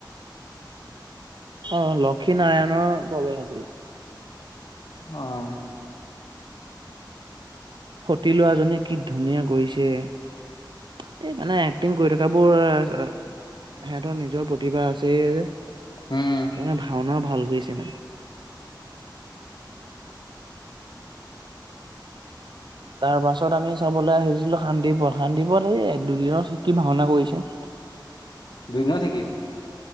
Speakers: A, on the right; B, on the left.
A: অ', লক্ষী নাৰায়ণৰ প্ৰৱেশ আছিলে
B: আহ।
A: সতি লোৱাজনে কি ধুনীয়া কৰিছে এই মানে এক্টিং কৰি থকাবোৰ সিহঁতৰ নিজৰ প্ৰতিভা আছে যে
B: উম,
A: মানে ভাওনাও ভাল গৈছে মানে। তাৰ পাছত আমি চাবলৈ আহিছিলো শান্তিপথ, শান্তিপথ এই দুদিনত শিকি ভাওনা কৰিছে
B: দুই ন থ কি <unintelligible>